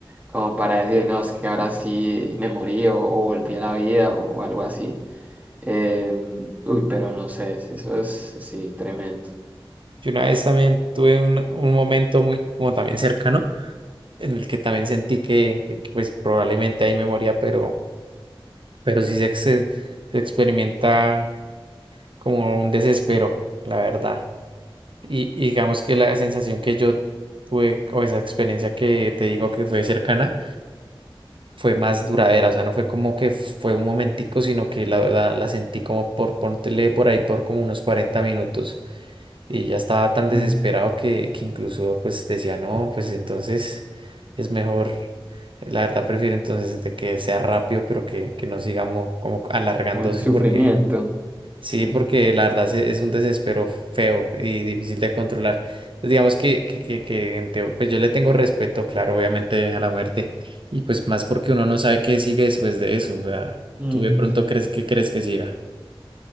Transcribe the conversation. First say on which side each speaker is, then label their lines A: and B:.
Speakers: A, on the right; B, on the right.
A: como para decir, no, es que ahora sí me morí o, o volví a la vida o o algo así. Em, uy, pero no sé, si eso es, sí, tremendo.
B: Yo una vez también tuve un, un momento muy como también cercano en el que también sentí que, que- que, pues probablemente ahí me moría, pero, pero sí se, se- se experimenta como un desespero, la verdad. Y, y digamos que la sensación que yo tuve o esa experiencia que te digo que fue cercana. fue más duradera, o sea, no fue como que fue un momentico, sino que la, la, la sentí como por, pontele por ahí por como unos 40 minutos y ya estaba tan desesperado
A: Mm.
B: que, que incluso pues decía, no, pues entonces es mejor, la verdad prefiero entonces de que sea rápido, pero que, que no sigamos como alargándose
A: O el sufrimiento,
B: porque... Sí,
A: sí.
B: porque la verdad se- es un desespero feo y difícil de controlar. Entonces, digamos que, que, que, que en teo- pues yo le tengo respeto, claro, obviamente a la muerte. Y pues más porque uno no sabe qué sigue después de eso. O sea,
A: Mm.
B: tú de pronto crees que crees que siga.